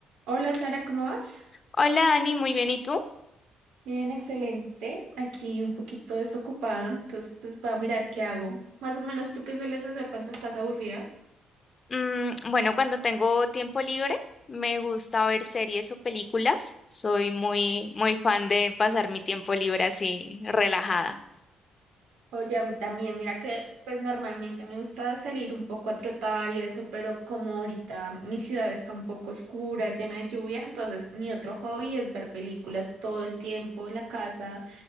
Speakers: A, on the right (about 85°); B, on the left (about 35°).
A: Hola Sara, ¿cómo vas?
B: Hola Ani, muy bien, ¿y tú?
A: Bien, excelente. Aquí un poquito desocupada, entonces pues voy a mirar qué hago. Más o menos tú qué sueles hacer cuando estás aburrida.
B: Mm, bueno, cuando tengo tiempo libre me gusta ver series o películas. Soy muy, muy fan de pasar mi tiempo libre así relajada.
A: Oye, a mí también, mira que pues normalmente me gusta salir un poco a trotar y eso, pero como ahorita mi ciudad está un poco oscura, llena de lluvia, entonces mi otro hobby es ver películas todo el tiempo en la casa.